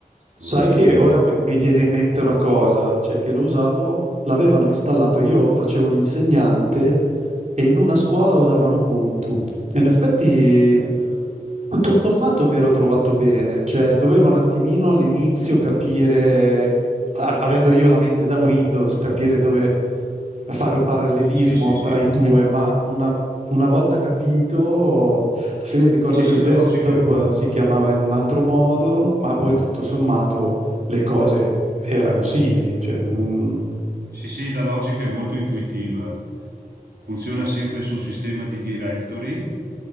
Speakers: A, on the right; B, on the right.
A: Sai
B: o di...
A: che ora mi mi viene in mente una cosa, cioè che lo usavo, l'avevano installato, io facevo l'insegnante e in una scuola usavano Ubuntu. E in effetti, tutto sommato, mi ero trovato bene, cioè dovevo un attimino all'inizio capire, a- avendo io la mente da Windows, capire dove fare un parallelismo
B: Sì, sì, sì.
A: tra i due, ma una, una volta capito Alla fine ricordo
B: Sì,
A: che
B: sì,
A: il desktop
B: la logica.
A: eh, si chiamava in un altro modo, ma poi tutto sommato le cose erano simili, cioè, non-
B: Sì, sì, la logica è molto intuitiva. Funziona sempre su un sistema di directory,